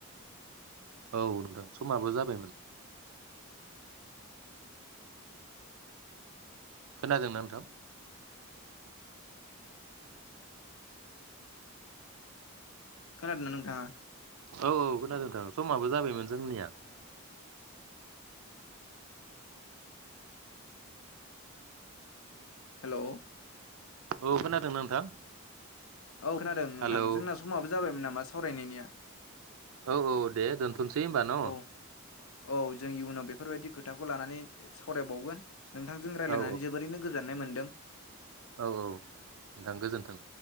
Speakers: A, on the right (about 75°); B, on the left (about 70°).
A: औ नोंथां समाबो जाबायमोन खोनादोंना नोंथां
B: खोनादोंना नोंथांङा
A: औ औ खोनादोंथां समाबो जाबायमोन जोंनिया
B: हेलौ
A: औ खोनादोंना नोंथां
B: औ खोनादों नोंथां
A: हेलौ
B: जोंना समाबो जाबायमोन नामा सावरायनायनिया
A: औ औ दे दोनथ'सै होनबा न'
B: औ औ जों इयुनाव बेफोरबायदि खोथाखौ लानानै सावरायबावगोन नोंथांजों रायज्लायनानै
A: औ
B: जोबोरैनो गोजान नाय मोनदों
A: औ औ नोंथां गोजोन्थों